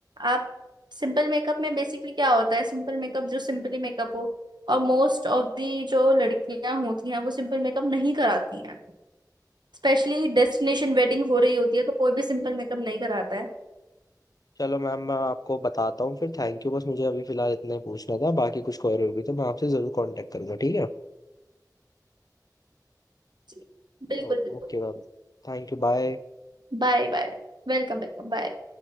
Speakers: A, on the right; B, on the left.
A: आप सिंपल मेकअप में बेसिकली क्या होता है सिंपल मेकअप जो सिंपली मेकअप हो और मोस्ट ऑफ दी जो लड़कियां होती हैं वो सिंपल मेकअप नहीं कराती हैं स्पेशली डेस्टिनेशन वेडिंग हो रही होती है तो कोई भी सिंपल मेकअप नहीं कराता है
B: चलो मैम मैं आपको बताता हूँ फिर Thank you बस मुझे अभी फिलहाल इतना ही पूछना था बाकी कुछ क्वेरी होगी तो मैं आपसे जरूर कांटेक्ट करूंगा ठीक है
A: जी, बिल्कुल
B: ओ-
A: बिल्कुल
B: okay ma'am thank you bye
A: Bye bye welcome welcome bye